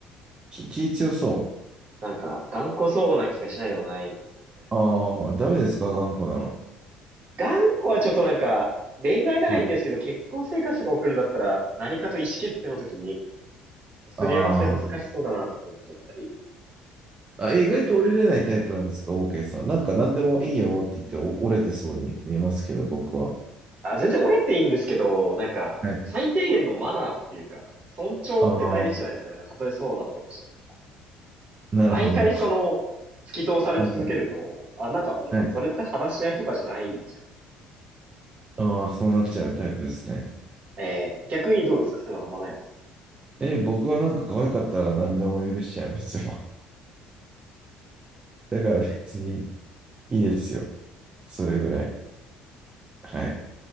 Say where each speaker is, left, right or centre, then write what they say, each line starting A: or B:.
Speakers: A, on the right; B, on the right.
A: き気強そ
B: なんか、頑固そうな気がしないでもないんですよね。
A: う。ああ、
B: あの
A: ダメですか頑固なの。
B: 頑固はちょっとなんか、恋愛ならいいんですけど、
A: はい。
B: 結婚生活とか送るんだったら、何かと意思決定の時に、すり合わせ難しそうだなとか思っちゃったり。
A: あーあ、意外と折れれないタイプなんですか ?OK さん。なんか何でもいいよって言ってお折れてそうに見えますけど、僕は。
B: あ、全然折れていいんですけど、なんか、
A: はい。
B: 最低限のマナーっていうか、尊重って大事じゃないですか。
A: ああ、
B: なんか、たとえそうだったとしても。
A: なるほど。
B: 毎回その、突き通され続けると、
A: は
B: あ、なんかもう、
A: い。
B: それって話し合いとかじゃないじゃん、みたい
A: ああ、そうなっちゃうタイプですね。
B: な。えー逆にどうですかそういうのあんまないですか
A: え、僕はなんか可愛かったら何でも許しちゃいますよ。だから別にいいですよ。それぐらい。はい。